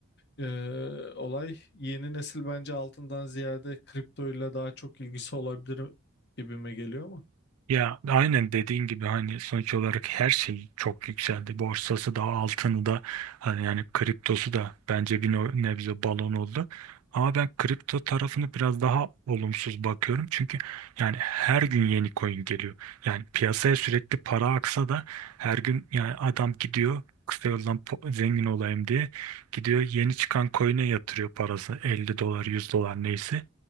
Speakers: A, on the left; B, on the right.
A: ee, olay. Yeni nesil bence altından ziyade kriptoyla daha çok ilgisi olabilir gibime geliyor ama.
B: Ya aynen dediğin gibi hani sonuç olarak her şey çok yükseldi. Borsası da altını da hani yani kriptosu da bence bir no- nebze balon oldu. Ama ben kripto tarafını biraz daha olumsuz bakıyorum. Çünkü yani her gün yeni coin geliyor. Yani piyasaya sürekli para aksa da her gün yani adam gidiyor kısa yoldan po- zengin olayım diye gidiyor yeni çıkan coin'e yatırıyor parası 50 dolar 100 dolar neyse.